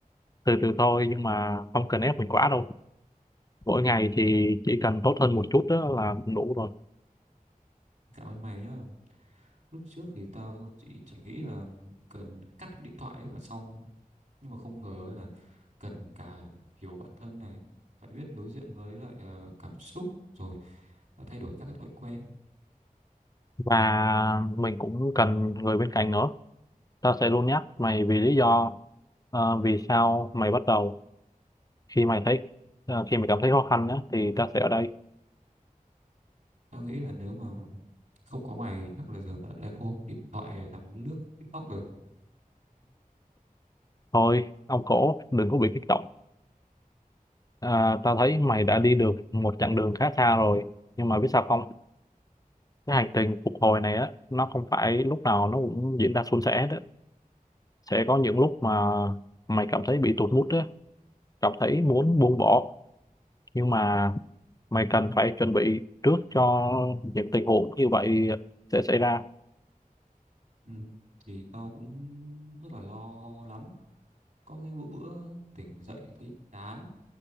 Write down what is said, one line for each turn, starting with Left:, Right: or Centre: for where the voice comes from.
Left: từ từ thôi nhưng mà không cần ép mình quá đâu mỗi ngày thì chỉ cần tốt hơn một chút đó là cũng đủ rồi
Right: Cảm ơn mày nhá. Lúc trước thì tao chỉ, chỉ nghĩ là cần cắt cái điện thoại ấy là xong. Nhưng mà không ngờ ấy là cần cả hiểu bản thân này, phải biết đối diện với lại ờ, cảm xúc rồi thay đổi các cái thói quen
Left: và mình cũng cần người bên cạnh nữa tao sẽ luôn nhắc mày vì lý do ờ, vì sao mày bắt đầu khi mày thấy ờ, khi mày cảm thấy khó khăn á thì tao sẽ ở đây
Right: Tao nghĩ là nếu mà không có mày chắc là giờ tao đã đang ôm điện thoại nằm lướt TikTok rồi.
Left: thôi ông cổ đừng có bị kích động À, tao thấy mày đã đi được một chặng đường khá xa rồi nhưng mà biết sao không cái hành trình phục hồi này á nó không phải lúc nào nó cũng diễn ra suôn sẻ đó sẽ có những lúc mà mày cảm thấy bị tụt mood á cảm thấy muốn buông bỏ nhưng mà mày cần phải chuẩn bị trước cho những tình huống như vậy sẽ xảy ra
Right: Ừ. Thì tao cũng rất là lo lắm. Có cái bữa, bữa tỉnh dậy thấy chán,